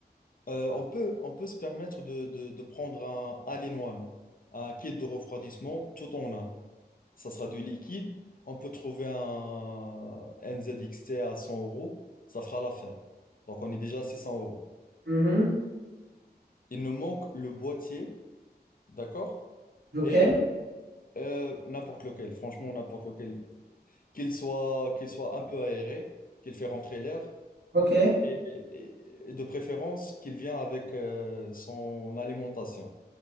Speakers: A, on the left; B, on the right.
A: Euh, on peut, on peut se permettre de, de- de prendre un Allen One, un kit de refroidissement, tout en un. Ça sera du liquide. On peut trouver un NZXT à 100 euros. Ça fera l'affaire. Donc, on est déjà à 600 euros.
B: Mhm.
A: Il nous manque le boîtier, d'accord?
B: Ok,
A: Et euh, n'importe lequel, franchement, n'importe lequel. Qu'il soit, qu'il soit un peu aéré, qu'il fait rentrer l'air.
B: ok,
A: Et, et- et de préférence qu'il vient avec euh, son alimentation.